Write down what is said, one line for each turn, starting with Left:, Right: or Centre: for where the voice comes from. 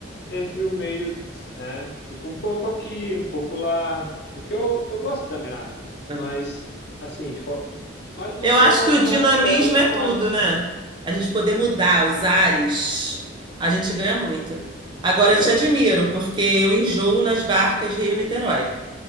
Left: entre o meio dos, né? Tipo, um pouco aqui, um pouco lá, porque eu, eu gosto da minha área, mas
Right: É.
Left: assim, tipo, mas não
Right: Eu
Left: sou
Right: acho
Left: apaixonado
Right: que o dinamismo
Left: por ela e
Right: é
Left: não
Right: tudo,
Left: acho
Right: né? A gente poder mudar os ares,
Left: que,
Right: a gente ganha muito. Agora
Left: pois,
Right: eu te admiro,
Left: né?
Right: porque eu enjoo nas barcas Rio-Niterói.